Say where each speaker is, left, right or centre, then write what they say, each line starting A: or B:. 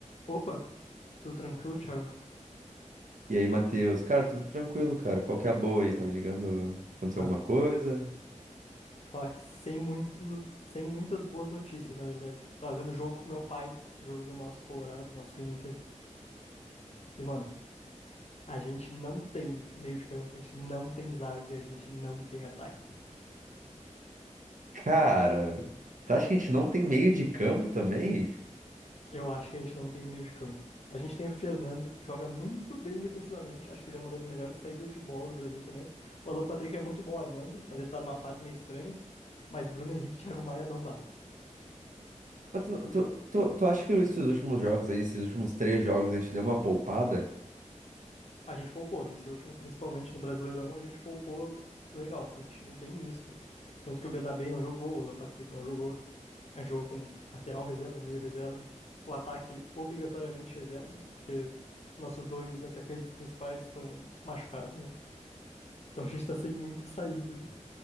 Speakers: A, on the left; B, on the right.
A: Opa, tudo tranquilo, Thiago?
B: E aí, Matheus? Cara, tudo tranquilo, cara. Qual que é a boa aí? Tá me ligando? Aconteceu
A: Mano,
B: alguma coisa?
A: te falar que sem muito, sem muitas boas notícias, na verdade. Tava vendo o jogo com meu pai, o jogo do nosso Colorado, nosso Inter. E, mano, a gente não tem meio de campo, a gente não tem zaga, e a gente não tem ataque.
B: Cara, tu acha que a gente não tem meio de campo também?
A: Eu acho que a gente não tem meio de campo. A gente tem o Fernando, que joga muito bem defensivamente, acho que ele é uma das melhores saídas de bola do Brasil também. O Alan Patrick é muito bom armando, mas ele tá numa fase meio estranha. Mas Bruno Henrique e Thiago Maia não dá.
B: Mas Tu, tu, tu, tu acha que esses últimos jogos aí, esses últimos três jogos, a gente deu uma poupada?
A: A gente poupou, nesse último, principalmente no Brasileirão, a gente poupou legal, foi um time bem misto. Tanto que o Bernabé não jogou, o Alan Patrick não jogou. A gente jogou com lateral reserva, meio reserva. O ataque obrigatoriamente reserva, porque nossos dois atacantes principais estão machucados, né? Então a gente tá sem muita saída.